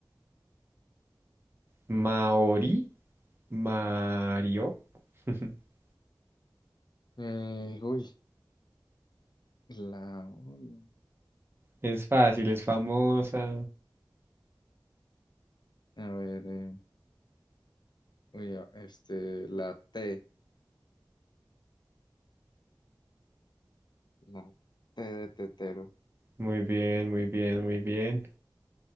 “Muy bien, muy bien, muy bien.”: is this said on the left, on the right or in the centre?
Right